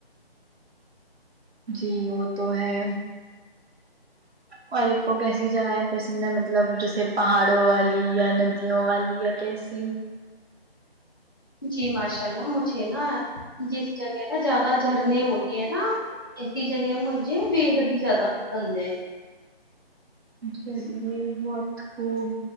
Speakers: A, on the right (about 80°); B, on the left (about 20°).
A: جی وہ تو ہے اور آپ کو کیسی جگہیں پسند ہیں مطلب جیسے پہاڑوں والی یا ندیوں والی یا کیسی
B: جی ماشاء اللہ مجھے نا جس جگہ نا زیادہ جھرنے ہوتے ہیں نا ایسی جگہ مجھے بےحد ہی زیادہ پسند ہے
A: چلیے بہت خوب